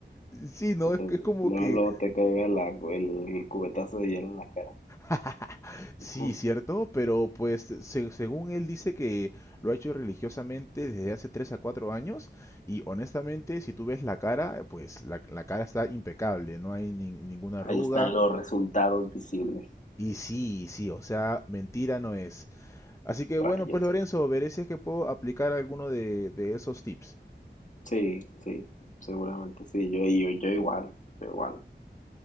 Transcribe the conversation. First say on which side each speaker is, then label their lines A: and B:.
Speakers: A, on the left; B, on the left.
A: Y, sí, ¿no?
B: Que te,
A: Es, es como
B: luego,
A: que...
B: luego te caiga la- el cubetazo de hielo en la cara.
A: <laughs> Sí,
B: <laughs>
A: cierto, pero pues se- según él dice que lo ha hecho religiosamente desde hace 3 a 4 años y honestamente si tú ves la cara, pues la, la cara está impecable, no hay nin- ninguna arruga,
B: Ahí están los resultados visibles.
A: Y sí, sí, o sea, mentira no es. Así que
B: Rayos.
A: bueno, pues Lorenzo, veré si es que puedo aplicar alguno de, de esos tips.
B: Sí, sí, seguramente sí. Yo, yo, yo igual, yo igual.